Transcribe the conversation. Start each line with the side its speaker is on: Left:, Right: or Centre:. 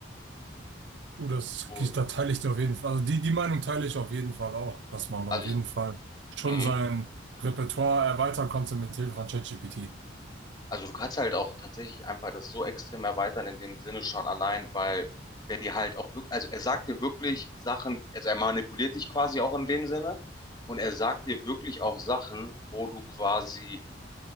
Right: Uh, das,
Left: Und,
Right: da teile ich dir auf jeden Fall, also die, die Meinung teile ich auf jeden Fall auch, dass man da
Left: also
Right: auf
Left: ich,
Right: jeden Fall schon
Left: mhm.
Right: sein Repertoire erweitern konnte mit Hilfe von ChatGPT.
Left: Also du kannst halt auch tatsächlich einfach das so extrem erweitern in dem Sinne schon allein, weil der dir halt auch wirklich, also er sagt dir wirklich Sachen, also er manipuliert dich quasi auch in dem Sinne und er sagt dir wirklich auch Sachen, wo du quasi